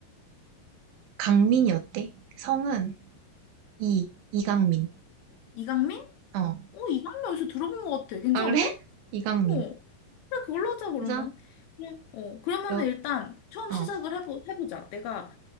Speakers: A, on the right (about 85°); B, on the left (about 70°).
A: 강민이 어때? 성은 이, 이강민.
B: 이강민?
A: 어.
B: 어, 이강민 어디서 들어본 것 같아. 괜찮은데?
A: 아, 그래? <laughs> 이강민.
B: 어. 그래, 그걸로 하자, 그러면.
A: 그래서,
B: 그럼, 어, 그러면은
A: 여,
B: 일단 처음
A: 어.
B: 시작을 해보, 해보자. 내가,